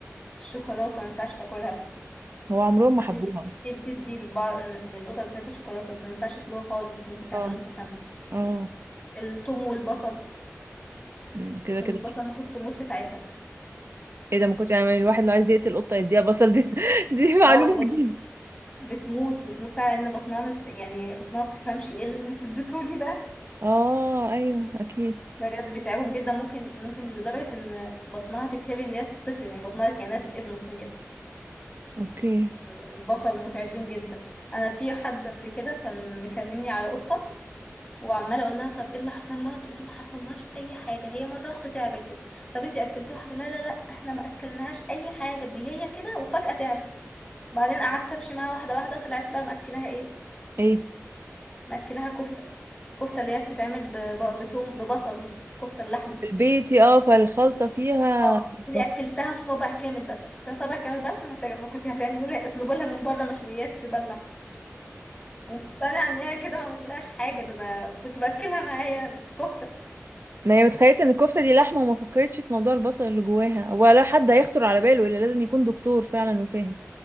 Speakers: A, on the left (about 20°); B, on the right (about 50°).
A: الشوكولاته ما ينفعش تاكلها
B: هو عمرهم ما
A: مع
B: حبوها
A: ان في ناس
B: اصلا
A: كتير بتدي لبعض للقطط بتاعتها شوكولاته بس ما ينفعش ياكلوها خالص ممكن تعمل
B: اه
A: لهم تسمم
B: اه
A: التوم والبصل
B: أمم، كده
A: التوم
B: كده
A: والبصل انا كنت اموت في ساعتها
B: ايه ده ما كنت يعني الواحد لو عايز يقتل قطه يديها بصل دي <laughs> دي معلومه
A: اه بجد
B: جديده
A: بتموت بتموت فعلا ان بطنها مبت... يعني بطنها بتفهمش ايه اللي انتوا اديتهولي ده
B: <laughs> اه ايوه اكيد
A: بجد بيتعبهم جدا ممكن ممكن لدرجه ان بطنها تتهري ان هي تتفصل يعني بطنها كانها تتقسم نصين كده
B: اوكي
A: البصل متعب ليهم جدا انا في حد قبل كده كان مكلمني على قطه وعماله اقول لها طب ايه اللي حصل لها تقول لي ما حصلهاش اي حاجه هي مره واحده تعبت كده طب انتي اكلتوها حاجه لا لا لا احنا ما اكلناهاش اي حاجه دي هي كده وفجاه تعبت بعدين قعدت امشي معاها واحده واحده طلعت بقى مأكلاها ايه
B: ايه
A: مأكلاها كفته الكفته اللي هي بتتعمل ب- ب- بتوم ببصل دي كفته اللحمه
B: في البيت اه فالخلطه فيها
A: اه
B: بخ
A: اللي اكلتها صابع كامل بس ده صابع كامل بس محتاجه ما كنت هتعملي لها اطلبوا لها من بره مشويات تبلع ومقتنعه ان هي كده ما عملتلهاش حاجه ده انا كنت باكلها معايا كفته
B: ما هي متخيلة ان الكفتة دي لحمة وما فكرتش في موضوع البصل اللي جواها ولا حد هيخطر على باله الا لازم يكون دكتور فعلا وفاهم